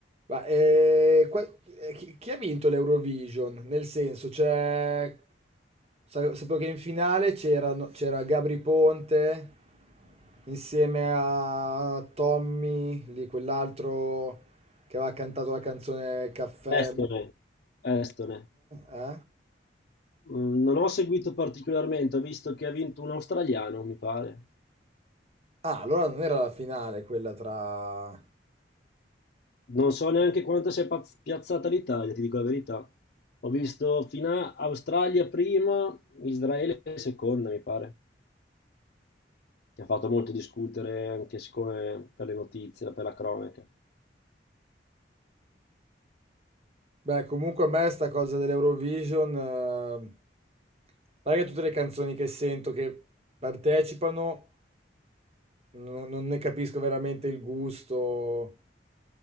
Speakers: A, on the right; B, on the left.
A: Ma eh, qua- eh, chi, chi ha vinto l'Eurovision? Nel senso, cioè, sa- sapevo che in finale c'erano- c'era Gabri Ponte insieme a Tommy, lì quell'altro che aveva cantato la canzone Caffè.
B: Estone, Estone.
A: Eh?
B: Mm, Non ho seguito particolarmente, ho visto che ha vinto un australiano, mi pare.
A: Ah, allora non era la finale quella tra...
B: Non so neanche quanto si è paz- piazzata l'Italia, ti dico la verità. Ho visto fino a Australia prima, Israele seconda, mi pare, che ha fatto molto discutere anche siccome per le notizie, per la cronaca.
A: Beh, comunque a me sta cosa dell'Eurovision, eh, non è che tutte le canzoni che sento che partecipano non, non ne capisco veramente il gusto